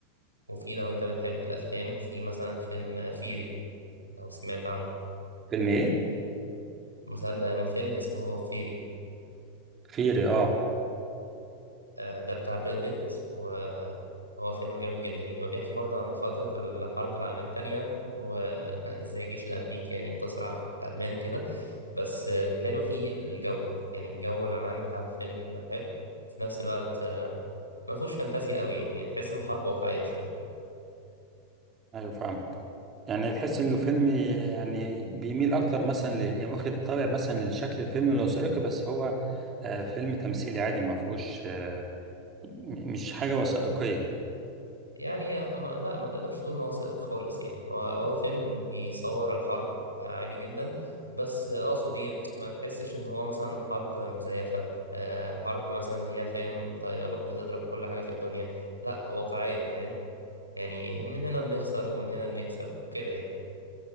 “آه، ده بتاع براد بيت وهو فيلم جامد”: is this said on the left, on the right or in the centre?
Right